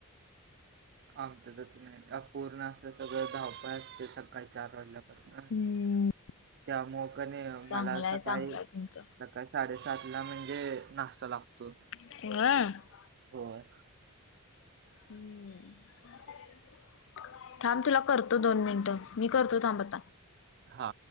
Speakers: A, on the right; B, on the left.
A: आमचं तसं नाही पूर्ण असं सगळं धावपळ असते सकाळी चार वाजल्या
B: हम्म
A: <unintelligible> त्यामुळे क नई
B: चांगलंय
A: मला सकाळी
B: चांगलंय तुमचं
A: सकाळी साडेसातला म्हणजे नाश्ता लागतो.
B: हम
A: होय
B: हम्म थांब तुला करतो दोन मिनिटं मी करतो थांब आता
A: हा